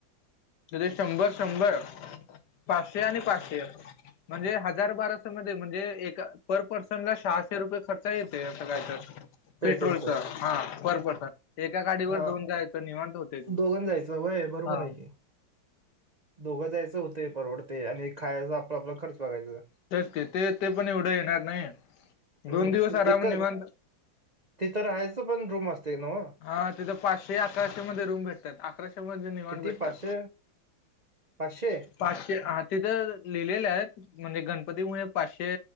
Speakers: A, on the left; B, on the right.
A: जरी शंभर शंभर पाचशे आणि पाचशे म्हणजे हजार बाराशे मध्ये म्हणजे एक पर पर्सनला सहाशे रुपये खर्च खर्च येते असं काय तर
B: पेट्रोलचं
A: पेट्रोलच हा पर पर्सन. एका गाडीवर
B: हा
A: दोन जायच निवांत होते ती
B: दोघं जायचं वय बरोबर
A: हा
B: आहे की दोघं जायचं होतय परवडतय आणि खायचा आपला आपला खर्च बघायचा.
A: च ते ते पण एवढं येणार नाही
B: हम्म,
A: दोन दिवस आराम
B: एक
A: निवांत
B: तिथं राहायचं पण रूम असते ना हो.
A: हा तिथं पाचशे अकराशे मध्ये रूम भेटतात अकराशे मध्ये निवाण
B: किती
A: भेटत्यात.
B: पाचशे पाचशे
A: पाचशे हा तिथं लिहिलेले आहेत म्हणजे गणपती मुळे पाचशे